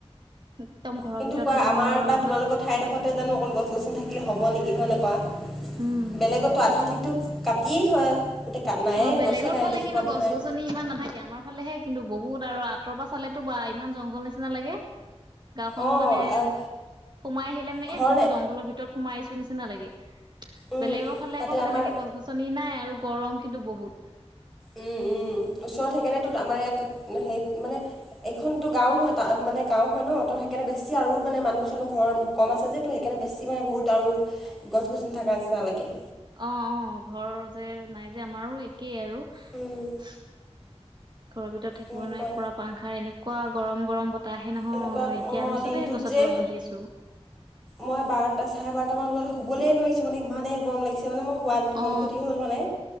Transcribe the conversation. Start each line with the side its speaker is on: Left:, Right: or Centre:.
Right: একদম ঘৰৰ
Centre: কিন্তু
Right: ভিতৰত
Centre: কোৱা
Right: থাকিব
Centre: আমাৰ
Right: নোৱাৰো
Centre: বা তোমালোকত
Right: মানে
Centre: ঠাইডোখতে জানো অকল গছনি থাকিলে হ'বেকি হয়নে কোৱা।
Right: উম
Centre: বেলেগতো আধা তিতটো কাটিয়েই থয়। গোটেই কা নায়ে
Right: অ' বেলেগৰ
Centre: গছে নাই
Right: ফালে
Centre: দেখি
Right: কিন্তু
Centre: পাবলৈ
Right: গছ
Centre: নাই
Right: গছনি ইমান নাথাকে। আমাৰ ফালেহে কিন্তু বহুত আৰু আঁতৰ পৰা চালেতো বা ইমান জংঘল নিচিনা লাগে। গাঁওখন
Centre: অঁ
Right: মানে
Centre: আহ,
Right: সোমাই আহিলে মানে
Centre: ঘৰ
Right: এ বহুত
Centre: নে
Right: জংঘলৰ ভিতৰত সোমাই আহিছোঁ নিচিনা লাগে।
Centre: উম,
Right: বেলেগৰ ফালে
Centre: তাতে
Right: আকৌ
Centre: আমাৰ
Right: তেনেকে গছ গছনি নাই আৰু গৰম কিন্তু বহুত।
Centre: উম, উম, ওচৰত সেইকাৰণে আমাৰ ইয়াত হে মানে এইখনতো গাঁও নহয় ত মানে গাঁও হয় ন ত সেইকাৰণে বেছি আৰু মানে মানুহ চানুহ ঘৰ কম আছে যে সেইকাৰণে বেছি মানে বহুত আৰু গছ গছনি থকাৰ নিচিনা লাগে।
Right: অ' অ' ঘৰ যে নাই যে আমাৰো একেই আৰু।
Centre: উম,
Right: ঘৰৰ ভিতৰত থাকিব
Centre: এনেকুৱা
Right: নোৱাৰি পোৰা পাংখাৰ এনেকুৱা গৰম গৰম বতাহ তাহে নহয়
Centre: এনেকুৱা
Right: এতিয়া
Centre: অঁ
Right: আমি
Centre: দিনটোত
Right: চবেই গছৰ
Centre: যে
Right: তলত বহি আছোঁ।
Centre: মই বাৰটা চাৰে বাৰটা মান বজাত শুবলৈ নোৱাৰিছো মানে ইমানে গৰম লাগিছে মানে মই হোৱা নাই টোপনি
Right: অ
Centre: ক্ষতি হ'ল মানে।